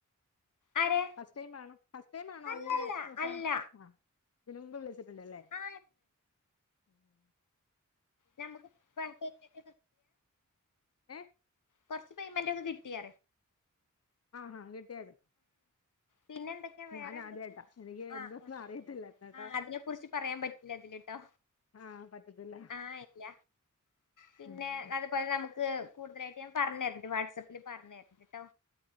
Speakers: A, on the left; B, on the left.
A: ആരെ
B: ഫസ്റ്റ് ടൈം ആണോ ഫസ്റ്റ് ടൈം ആണോ
A: അല്ലല്ല
B: ഇങ്ങനെ
A: അല്ല
B: ഫോൺ ആ ഇതിനു മുമ്പ് വിളി ച്ചിട്ടുണ്ടല്ലേ
A: ആ
B: ഉം
A: ഞമ്മുക്ക് <unintelligible>
B: ഏ
A: കൊറച്ച് പേയ്മെന്റ് ഒക്കെ കിട്ടിയ
B: ആഹഹാ കിട്ടിയാരുന്നോ
A: പിന്നെ എന്തൊക്കെയാ
B: ഉ
A: വേറെ
B: ഞാൻ
A: എന്തൊക്കെ
B: ആദ്യായിട്ടാ എനിക്ക്
A: ആ
B: എന്തൊന്നും
A: ആ
B: അറിയത്തില്ല എന്നാട്ടാ
A: ആ അതിനെ കുറിച്ച് പറയാൻ പറ്റില്ല ഇതിലിട്ടോ
B: ആ പറ്റത്തില്ല
A: ആ ഇല്ല പിന്നെ
B: ഉം
A: അതുപോലെ നമുക്ക് ക്ക് കൂടുതലായിട്ട് ഞാൻ പറഞ്ഞര വാട്സാപ്പിൽ പറഞ്ഞര കേട്ടോ